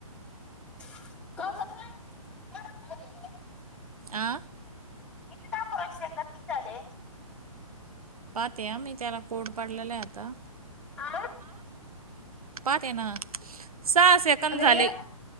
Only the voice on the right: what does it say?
आ.
पाहते मी त्याला कोड पाडलेला आहे आता
पहाते ना सहा सेकंद
झाले.